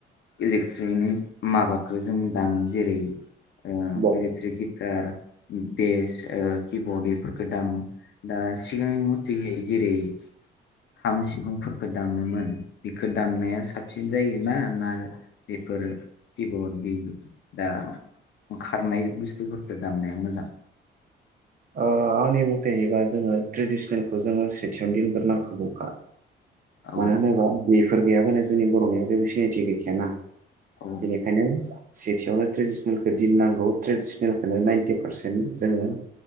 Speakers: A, on the left; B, on the right.
A: इलेक्ट्रनिक माबाखौ जों दामो जेरै ओ
B: बक्स
A: इलिट्रिक गिटार बेस ओ किबर्ड बेफोरखौ दामो। दा सिगांनि मथेै जेरै खाम सिफुंफोरफोरखौ दामोमोन। बिखौ दामनाया साबसिन जायोना ना बेफोर किबर्ड दा खारनाय बुस्थुफोरखौ दामनाया मोजां।
B: ओ आंनि मथेबा जोङो ट्रेडिसनेलखौ जोङो सेथियावनो दोनग्रोनांगोरगौखा।
A: औ
B: मानो होनोबा बेयो फोर गैयाबानो जोंनि बर'नियाव जेबो सिनायथि गैखायाना।
A: औ
B: बेनिखानो सेथियावनो ट्रेडिसनेलखौ दिननांगौ ट्रेडिसनेलखौनो नाइन्टि पारसेन्ट जोङो